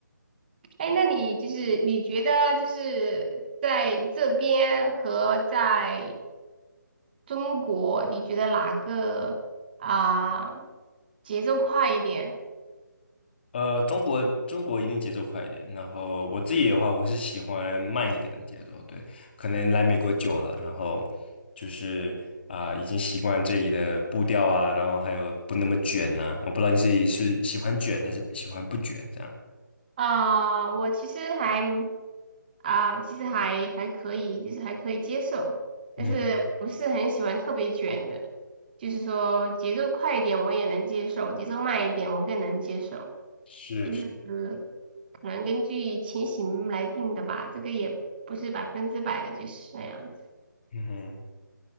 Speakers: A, on the right; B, on the left.
A: 哎，那你就是你觉得就是在这边和在中国，你觉得哪个啊、节奏快一点？
B: 呃，中国中国一定节奏快一点，然后我自己的话，我是喜欢慢一点的节奏，对，可能来美国久了，然后就是啊、已经习惯这里的步调啊，然后还有不那么卷呐、我不知道你自己是喜欢卷还是喜欢不卷这样。
A: 啊、我其实还啊、其实还还可以，就是还可以接受，但是不是很喜欢特别卷的，
B: 嗯，
A: 就是说节奏快一点我也能接受，节奏慢一点我更能接受，
B: 是，是
A: 就是可能根据情形来定的吧，这个也不是百分之百的，就是那样子。
B: 嗯哼，